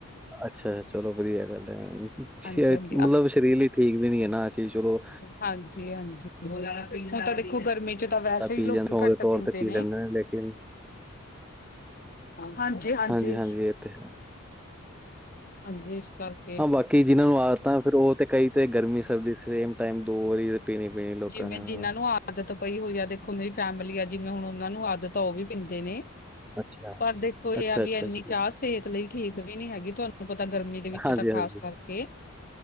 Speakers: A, in the centre; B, on the left (about 45°).
A: ਅੱਛਾ ਚਲੋ ਵਧੀਆ ਗੱਲ ਹੈ ਮਤਲਬ
B: ਹਾਂਜੀ ਹਾਂਜੀ
A: ਸਰੀਰ ਲਈ ਠੀਕ ਵੀ ਨਹੀਂ‌ ਹੈ ਨਾ ਆ ਚੀਜ਼ ਚਲੋ
B: ਹਾਂਜੀ ਹਾਂਜੀ ਹੁਣ ਤਾਂ ਦੇਖੋ ਗਰਮੀ ਚ ਚ, ਤਾਂ ਵੈਸੇ
A: ਚਾਹ
B: ਹੀ
A: ਪੀ
B: ਲੋਕੀ
A: ਜਾਂਦੇ ਸ਼ੌਕ
B: ਘੱਟ
A: ਦੇ ਤੌਰ
B: ਪੀਂਦੇ
A: ਤੇ ਪੀ
B: ਨੇ
A: ਲੈਂਦੇ ਹਾਂ, ਲੇਕਿਨ
B: ਹਾਂਜੀ ਹਾਂਜੀ
A: ਹਾਂਜੀ-ਹਾਂਜੀ ਇਹ ਤੇ ਹੈ।
B: ਹਾਂਜੀ ਇਸ ਕਰਕੇ
A: ਹਾਂ ਬਾਕੀ ਜਿਹਨਾਂ ਨੂੰ ਆਦਤਾਂ, ਫਿਰ ਉਹ ਤੇ ਕਈ ਤੇ ਗਰਮੀ ਸਰਦੀ ਸੇਮ ਟਾਈਮ ਦੋ ਵਾਰੀ ਪੀਣੀ ਪੀਣੀ ਲੋਕਾਂ
B: ਜਿਹਨਾਂ
A: ਨੇ ਹਾਂ।
B: ਨੂੰ ਆਦਤ ਪਈ ਹੋਈ ਆ ਦੇਖੋ ਮੇਰੀ ਫੈਮਿਲੀ ਆ ਜਿਵੇਂ ਹੁਣ ਉਹਨਾਂ ਨੂੰ ਆਦਤ ਉਹ ਵੀ ਪੀਂਦੇ ਨੇ
A: ਅੱਛਾ
B: ਪਰ ਦੇਖੋ ਇਹ
A: ਅੱਛਾ,
B: ਆ ਵੀ
A: ਅੱਛਾ,
B: ਇੰਨੀ
A: ਅੱਛਾ
B: ਚਾਹ ਸਿਹਤ ਲਈ ਠੀਕ ਵੀ ਨਹੀਂ ਹੈਗੀ, ਤੁਹਾਨੂੰ ਪਤਾ ਗਰਮੀ ਦੇ ਵਿੱਚ
A: ਹਾਂਜੀ,
B: ਤਾਂ ਖਾਸ
A: ਹਾਂਜੀ
B: ਕਰ ਤੇ